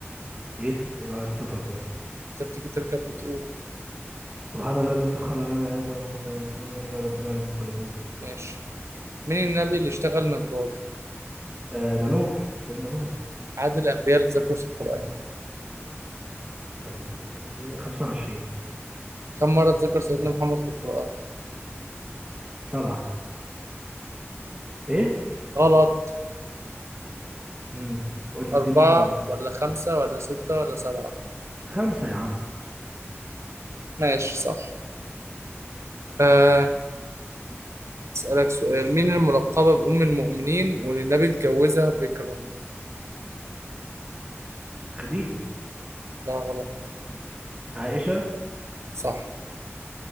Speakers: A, on the right; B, on the right.
A: إيه إذاعة السفر ده
B: أنت بتيجي تركب بتقوله
A: سبحان الذي سخر لنا هذا وما كنا له مقرنين وإنا ربنا لمنقلبون
B: ماشي مين النبي اللي اشتغل نجار
A: آه ده نوح سيدنا نوح
B: عدد الأنبياء اللي ذكروا في القرآن
A: عدد الأنبياء 25
B: كم مرة ذكر سيدنا محمد في القرآن
A: سبعة إيه؟
B: غلط
A: امم قول لي
B: أربعة
A: إديني اختيارات طيب
B: ولا خمسة ولا ستة ولا سبعة
A: خمسة يا عم
B: ماشي صح أه أسألك سؤال مين الملقبة بأم المؤمنين واللي النبي اتجوزها بكرا
A: خديجة
B: لا غلط
A: عائشة
B: صح